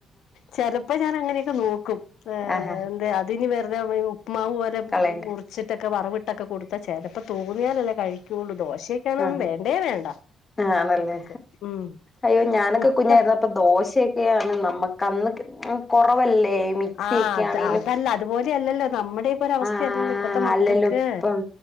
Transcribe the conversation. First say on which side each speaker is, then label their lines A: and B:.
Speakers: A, on the left; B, on the left.
A: ചെലപ്പോ ഞാന് അങ്ങനെയൊക്കെ നോക്കും ഏഹ്
B: ആഹാ
A: എന്താ അതിനി വെറുതെ ഉപ്പ്മാവ് പോലെ
B: കളയണ്ട
A: മുറി റിച്ചിട്ടൊക്കെ വറവിട്ടൊക്കെ കൊടുത്താ ചിലപ്പോ തോന്നിയാലല്ലെ കഴിക്കയുള്ളൂ ദോശയൊക്കെയാണ്ന്നും
B: ആഹാ
A: വേണ്ടേ വേണ്ട.
B: ആണല്ലേ
A: മക്കക്ക് ഉം
B: അയ്യോ ഞാനൊക്കെ
A: പുട്ട്
B: കുഞ്ഞായിരുന്നപ്പോ. ഇപ്പം ദോശയൊക്കെയാണ് നമ്മുക്കന്ന് കൊറവല്ലേ മിക്സിയൊക്കെ
A: ആഹ് അത്
B: ആണെിലും
A: അതല്ല അതുപോലെയല്ലല്ലോ നമ്മുടെയൊക്കെ ഒരവസ്ഥയല്ലല്ലോ
B: ആ
A: ഇപ്പത്തെ മക്കക്ക്
B: അല്ലല്ലോ ഇപ്പം